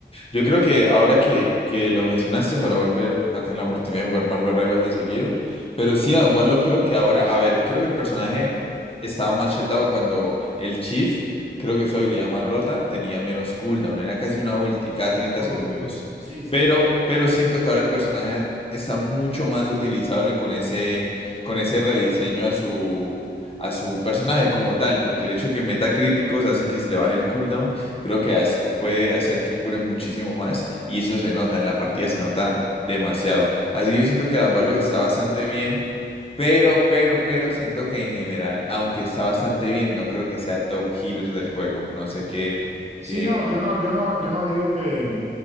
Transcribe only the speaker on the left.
Yo creo que ahora que, que lo mencionaste, ojalá volver a tener la oportunidad de jugar Marvel Rival de seguido. Pero sí, Dan Warlock creo que ahora, a ver, creo que el personaje estaba más chetado cuando el Chief, creo que su habilidad más rota, tenía menos cooldown. Era casi una ulti cada 30
segundos.
Pero,
pero siento que ahora el personaje está mucho más utilizable con ese, con ese rediseño a su, a su personaje como tal. Porque el hecho de que meta críticos hace que se le baje el cooldown creo que hace- puede hacer que cure muchísimo más y eso se nota, en la partida se nota demasiado. Así que yo siento que Adam Warlock está bastante bien, pero, pero, pero siento que en general, aunque está bastante bien, no creo que sea top healer del juego. No sé qué,
qué...